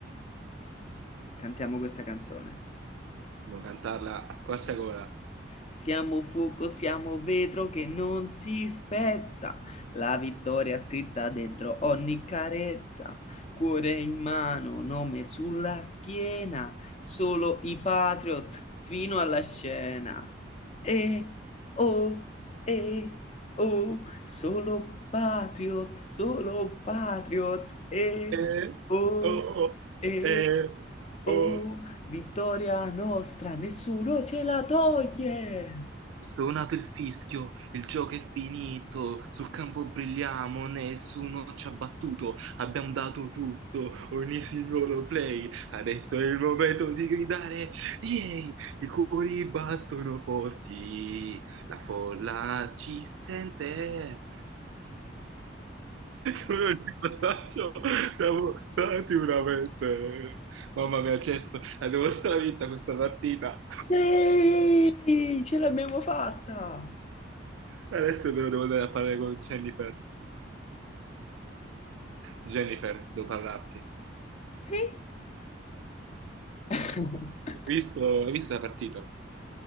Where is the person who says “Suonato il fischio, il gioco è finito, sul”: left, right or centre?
Right